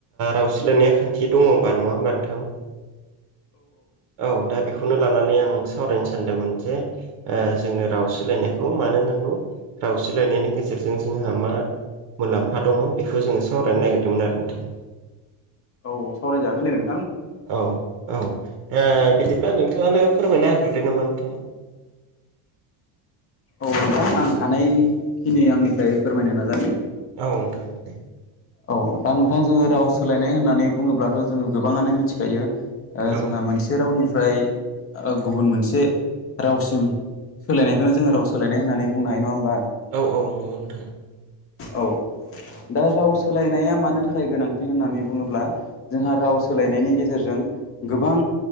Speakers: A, on the right (about 60°); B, on the left (about 30°).
A: राव सोलायनाया खान्थि दङ होमबा नङा होमबा नोंथां? औ दा बे खौनो लानानै आं सावरायनो सानदोंमोन जे जोंनो राव सोलायनायखौ मानो नांगौ राव सोलायनायनि गेजेरजों जोंहा मा मुलाम्फा दङ बेखौ जोङो सावरायनो नागिरदोंमोन आरो नोंथां।
B: औ सावरायजागोन दे नों
A: औ औ बिदिब्ला नोंथाङानो फोरमायना होग्रोदो नामा नोंथां।
B: औ नोंथां आं हानायखिनि आंनिफ्राय फोरमायनो नाजानि।
A: औ नोंथां दे।
B: औ दा नोंथां जोङो राव सोलायनाय होननानै बुङोब्लाथ' जोङो गोबाङानो मिथिखायो
A: औ
B: जोंहा मोनसे रावनिफ्राय गुबुन मोनसे रावसिम सोलायनायखौनो जोङो राव सोलायनाय होननानै बुंनो हायो नङा होनबा?
A: औ औ नंगौ नोंथां।
B: औ दा राव सो लायनाया मानो थाखाय गोनांथि होननानै बुङोब्ला जोंहा राव सोलायनायनि गेजेरजों गोबां